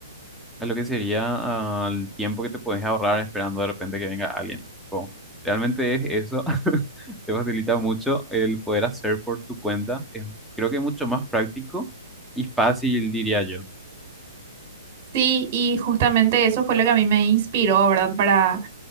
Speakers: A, in the centre; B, on the right.
A: a lo que sería al tiempo que te puedes ahorrar esperando de repente que venga alguien. Tipo, realmente es eso, <laughs> te facilita mucho el poder hacer por tu cuenta. Es, creo que mucho más práctico y fácil, diría yo.
B: Sí, y justamente eso fue lo que a mí me inspiró, ¿verdad? Para,